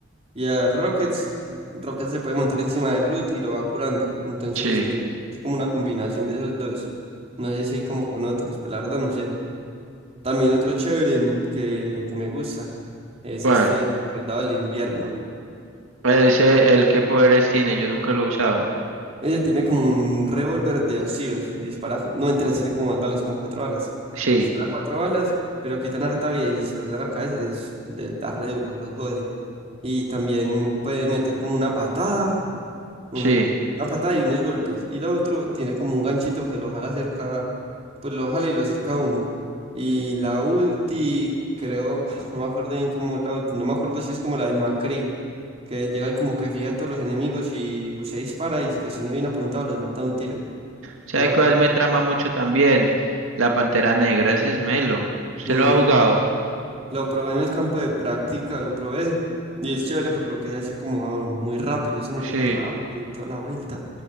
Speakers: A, on the right; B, on the right.
A: y a Rockets, Rockets se puede montar encima de Groot y lo va curando. Entonces,
B: Sí.
A: pues es como una combinación de esos dos. No sé si hay como con otros, pero la verdad no sé. También otro chévere que, que me gusta es
B: ¿Cuál?
A: este Soldado del Invierno.
B: Ese, el que poderes tiene, yo nunca lo he usado.
A: Ella tiene como un revólver de dos tiros. Dispara, no, mentira, tiene como más balas, como cuatro balas.
B: Sí,
A: Dispara cuatro balas, pero quitan harta vida y se los dan a la cabeza, les, les da re duro, los jode. Y también puede meter como una patada una,
B: sí.
A: una patada y unos golpes. Y lo otro tiene como un ganchito que lo jala cerca, pues lo jala y lo acerca a uno. Y la ulti, creo, <sighs> no me acuerdo bien cómo es la ulti, no me acuerdo si es como la del Macré, que llega y como que fija a todos los enemigos y usted dispara y si los tiene bien apuntados los mata de un tiro.
B: ¿Sabe
A: No me acuerdo
B: cuál me
A: bien.
B: trama mucho también? La Pantera Negra, ese es Melo. ¿Usted
A: Mm,
B: lo ha jugado?
A: Lo probé en el campo de práctica, lo probé. Y es chévere por lo que es así como muy rápido, ese marica
B: Sí.
A: es rápido y toda la vuelta.